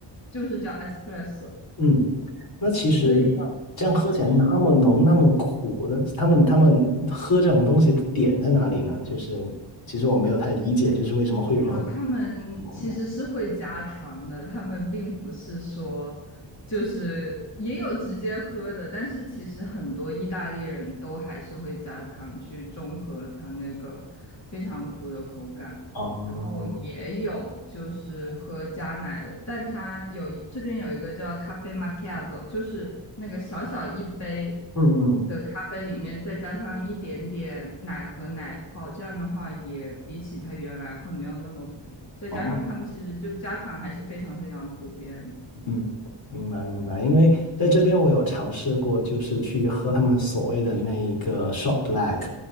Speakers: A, on the left (about 35°); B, on the left (about 50°).
A: 就是叫 espresso，
B: 嗯那其实这样这样喝起来那么浓那么苦的，
A: 所以嗯，你说。
B: 他们他们喝这种东西的点在哪里呢？就是其实我没有太理解，就是为什么会有人会
A: 哦，他们其实是会加糖的，
B: 浓的。
A: 他们并不是说就是也有直接喝的，但是其实很多意大利人都还是会加糖去中和它那个非常苦的口感，
B: 哦，
A: 然后也有就是喝加奶的，但它有一这边有一个叫咖啡 m a c c 就是那个小小一杯。
B: 嗯嗯，
A: 咖啡里面再加上一点点奶和奶泡，这样的话也比起它原来会没有那么苦。再加上他们其实就加糖还是非常非常普遍。
B: 哦，嗯，明白明白。因为在这边我有尝试过，就是去喝他们所谓的那一个 shot black，